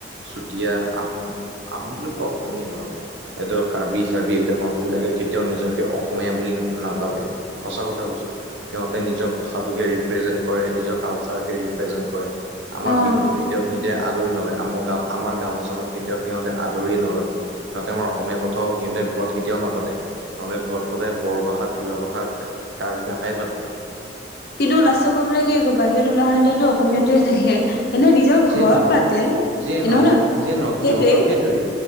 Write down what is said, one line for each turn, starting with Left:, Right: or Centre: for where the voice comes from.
Right: চুতীয়া আহোম - আহোম বিলাক অসমীয় বাৰু। এইদৰ কাৰ্বি - চাৰ্বি এইবিলাক মানুহবিলাকে কেতিয়াও নিজকে অসমীয়া বুলি নাভাবে। সঁচা কথা কৈছোঁ, সিহঁতে নিজৰ ভাষাটোকে ৰিপ্ৰেজেণ্ট কৰে নিজক কালচাৰ কে ৰিপ্ৰেজেন্ট কৰে, আমাৰ
Left: অ
Right: বিহুতটো কেতিয়াও। সিহঁতে আদৰি নলয় আমাৰ গাঁও আমাৰ গামোচাখন কেতিয়াও সিহঁতে আদৰিয়ে নলয়। সিহঁতে আমাৰ অসমীয়া কথাও সিহঁতে ঘৰত কেতিয়াও নাপাতে। সিহঁতে ঘৰত সদায় বড়ো ভাষা তিৱা ভাষা কাৰ্বি ভাষাই পাতে।
Left: কিন্তু লাষ্টে গৈ পেলাই কি কব বাহিৰত উলাই আহোঁতে অসমীয়াতো লাগে। নিজৰ
Right: যিয়ে
Left: ঘৰত
Right: নহওঁক
Left: পাতে,
Right: যিয়ে
Left: সেই
Right: নহওক
Left: নহয়- নহয়
Right: যিয়ে নহওক
Left: সেইটোৱে।
Right: সিহঁতৰ সেইটোৱেই